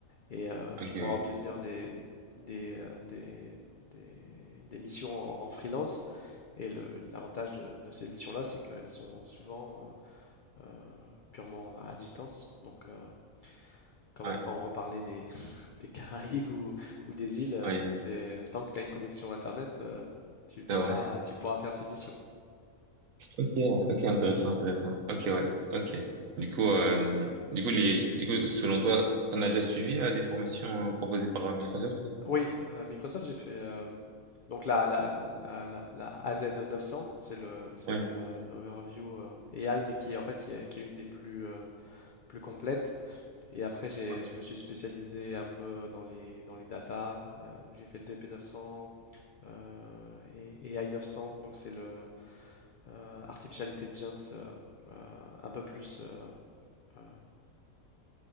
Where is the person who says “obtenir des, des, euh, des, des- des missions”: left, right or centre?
Left